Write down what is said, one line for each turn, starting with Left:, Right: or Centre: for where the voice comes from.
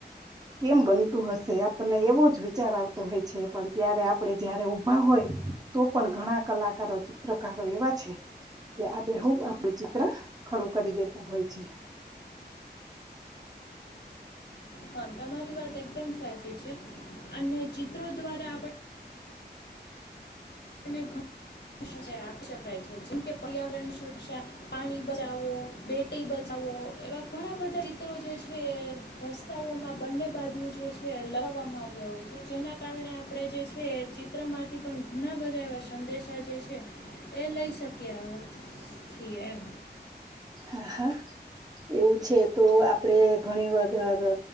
Right: કેમ બનતું હશે આપણને એવો જ વિચાર આવતો હોય છે પણ ત્યારે આપડે જયારે ઉભા હોય તો પણ ઘણા કલાકારો ચિત્રકારો એવા છે કે આબેહુબ આપડું ચિત્ર ખડું કરી દેત તા હોય છે.
Left: હા તમારી વાત એકદમ સાચી છે અને ચિત્રો દ્વારા આપડ ને ઘ આપી શકાય છે. જેમકે પર્યાવરણ સુરક્ષા, પાણી બચાવો, બેટી બચાવો એવા ઘણા બધા ચીત્ર જે છે રસ્તાઓમાં બંને બાજુ જે છે લગ આવ્યા હોય છે. જેના કારણે આપણે જે છે એ ચિત્રમાંથી પણ ઘણા બધા એવા સંદેશા જે છે એ લઈ શક્યા છીએ એમ.
Right: હા હા. એવું છે તો આપડે ઘણી વગર